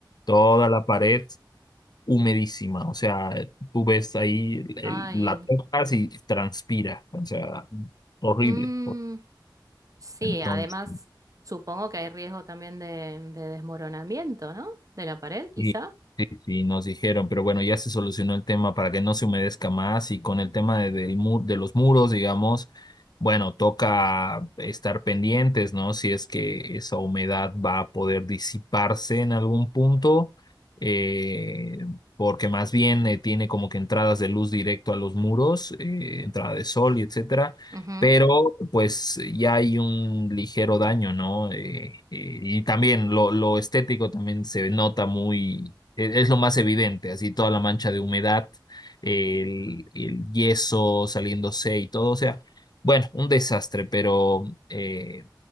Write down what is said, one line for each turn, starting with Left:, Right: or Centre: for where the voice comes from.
Left: toda la pared humedísima. O sea, tú ves ahí, el-
Right: Ay.
Left: la tocas y transpira. O sea, horrible.
Right: Mm, sí,
Left: Entonces.
Right: además supongo que hay riesgo también de, de desmoronamiento, ¿no? De la pared, quizá.
Left: Sí, sí, sí, nos dijeron, pero bueno, ya se solucionó el tema para que no se humedezca más y con el tema de, del mu- de los muros, digamos, bueno, toca estar pendientes, ¿no? Si es que esa humedad va a poder disiparse en algún punto, eh, porque más bien eh, tiene como que entradas de luz directo a los muros, eh, entrada de sol y etcétera
Right: Ujú,
Left: pero pues ya hay un ligero daño, ¿no? Eh, eh, y también lo, lo estético también se nota muy, e- es lo más evidente, así toda la mancha de humedad, el, el yeso saliéndose y todo, o sea, bueno, un desastre, pero... eh,